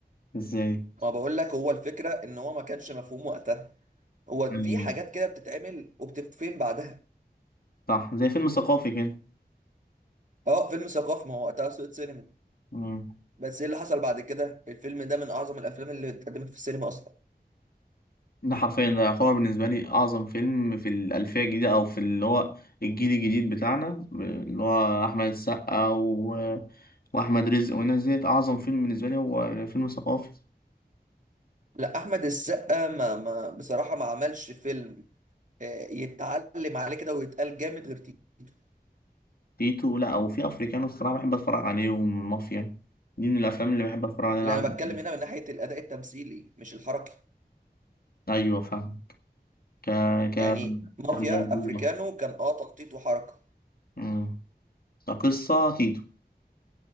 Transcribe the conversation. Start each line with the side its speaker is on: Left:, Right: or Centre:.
Left: ازاي
Right: ما بقول لك هو الفكره ان هو ما كانش مفهوم وقتها هو
Left: يعني
Right: في حاجات كده بتتعمل وبتتفهم بعدها
Left: صح زي فيلم ثقافي كده
Right: اه فيلم ثقافي ما هو وقتها سقط سينما
Left: مم.
Right: بس ايه اللي حصل بعد كده الفيلم ده من اعظم الافلام اللي اتقدمت في السينما اصلا
Left: ده حرفيا ده يعتبر بالنسبه لي اعظم فيلم في الالفيه الجديده او في اللي هو الجيل الجديد بتاعنا ب- اللي هو احمد السقا و... واحمد رزق والناس ديت اعظم فيلم بالنسبه لي هو فيلم ثقافي
Right: لا احمد السقا ما ما بصراحه ما عملش فيلم آه، يتعلم عليه كده ويتقال جامد غير تيتو
Left: تيتو لا او في افريكانو الصراحه بحب اتفرج عليهم مافيا دي من الافلام اللي بحب اتفرج عليها
Right: لا
Left: لعد...
Right: انا بتكلم هنا من ناحيه الاداء التمثيلي مش الحركي
Left: ايوه فاهم ك ك
Right: يعني مافيا
Left: كموضوع
Right: افريكانو كان اه تنطيط وحركه
Left: امم كقصه تيتو